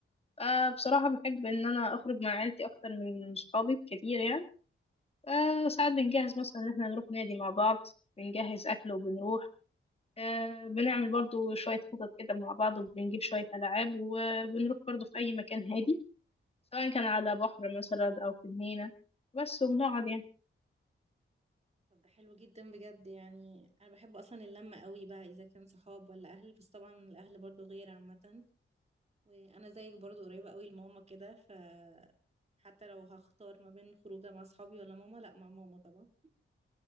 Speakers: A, on the left; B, on the right.
A: أه بصراحه بحب ان انا اخرج مع عيلتي اكتر من صحابي كتير يعني أه
B: إيه.
A: ساعات بنجهز مثلا ان احنا نروح نادي مع بعض بنجهز اكل وبنروح أه بنعمل برضو شويه خطط كده مع بعض وبنجيب شويه العاب وبنروح برضو في اي مكان هادي سواء كان على بحر مثلا او في جنينه بس وبنقعد يعني
B: طب ده حلو جدا بجد يعني انا بحب اصلا اللمه قوي بقى اذا كان صحاب ولا اهل بس طبعا الاهل برضو غير عامه وانا زيك برضو قريبه قوي لماما كده ف حتى لو هختار ما بين خروجه مع صحابي ولا ماما لا مع ماما طبعا